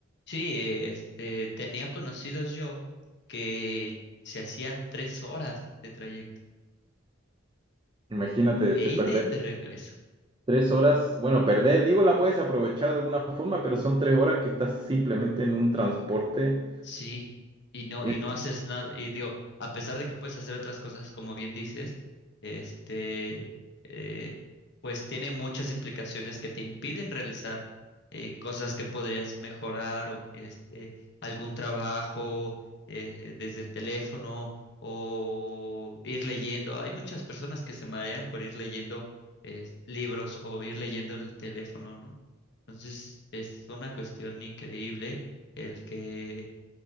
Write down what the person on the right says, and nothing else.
Imagínate,
este,
perder
tres horas, bueno, perder, digo, la puedes aprovechar de alguna forma, pero son tres horas que estás simplemente en un transporte.
eh,